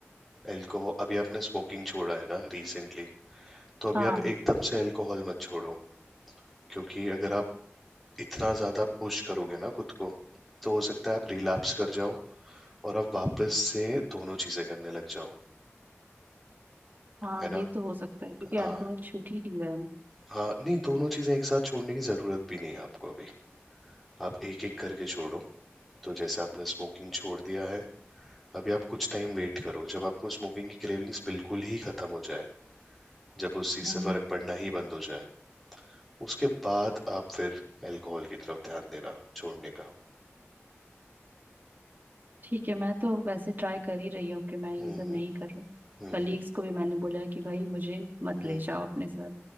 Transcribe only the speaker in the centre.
अल्कोहल अभी आपने स्मोकिंग छोड़ा है ना रिसेंटली तो अभी
आप एकदम से अल्कोहल मत छोड़ो क्योंकि अगर आप इतना ज़्यादा पुश करोगे ना खुद को तो हो सकता है आप रिलैप्स कर जाओ और आप वापस से दोनों चीज़ें करने लग जाओ
है ना
हाँ
हाँ नहीं दोनों चीज़ें एक साथ छोड़ने की ज़रूरत भी नहीं है आपको अभी आप एक एक करके छोड़ो तो जैसे आपने स्मोकिंग छोड़ दिया है अभी आप कुछ टाइम वेट करो जब आपको स्मोकिंग की क्रेविंग्स बिल्कुल ही खत्म हो जाए जब उस चीज़ से
फर्क पड़ना ही बंद हो जाए उसके बाद आप फिर अल्कोहल की तरफ ध्यान देना छोड़ने का
हम्म
हम्म
हम्म
हम्म